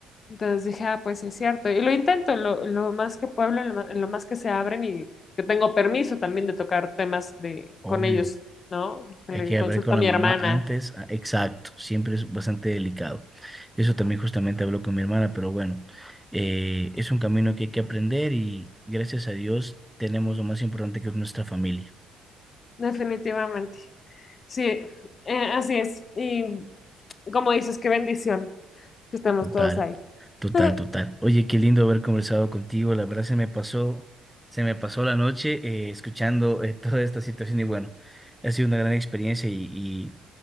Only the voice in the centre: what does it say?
Obvio.
Hay que
hablar con
la
mamá
antes. Ah, Exacto. Siempre es bastante delicado. Eso también justamente hablo con mi hermana, pero bueno, eh, es un camino que hay que aprender y gracias a Dios tenemos lo más importante que es nuestra familia.
Total,
total,
total. Oye, qué lindo haber conversado contigo. La verdad se me pasó, se me pasó la noche eh, escuchando eh, <laughs> toda esta situación y bueno, ha sido una gran experiencia y,